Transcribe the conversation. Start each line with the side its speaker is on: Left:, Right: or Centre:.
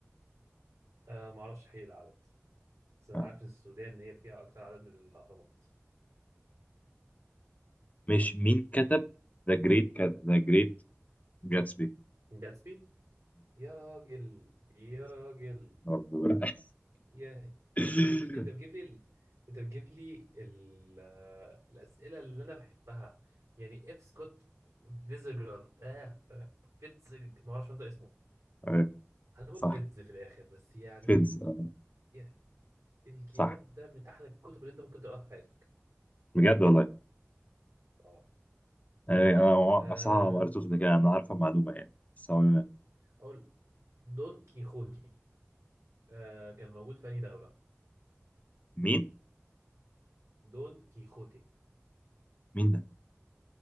Right: آه ما اعرفش حقيقي العدد بس انا
Left: آه.
Right: عارف السودان هي فيها اكتر عدد من الاهرامات
Left: مش مين كتب ذا جريت ذا جريت جاتسبي
Right: جاتسبي يا راجل يا راجل
Left: برضه لا
Right: يا
Left: <laughs>
Right: انت بتجي... انت بتجيب لي ال... انت بتجيب لي ال... آه، الاسئله اللي انا بحبها يعني اف سكوت فيزجرال اه آه، فيتزج ما اعرفش انت اسمه
Left: آه،
Right: هنقول
Left: صح
Right: فيتز في الاخر بس يعني
Left: فيدز آه،
Right: يا الكتاب
Left: صح
Right: ده من احلى الكتب اللي انت ممكن تقراها في حياتك
Left: بجد والله
Right: اه
Left: آه،
Right: آه،
Left: أنا صح ما قريتوش ده كده أنا عارفة المعلومة يعني بس هو
Right: اقول دون كيخوتي آه كان موجود في أنهي دولة؟
Left: مين
Right: دون كيخوتي
Left: مين ده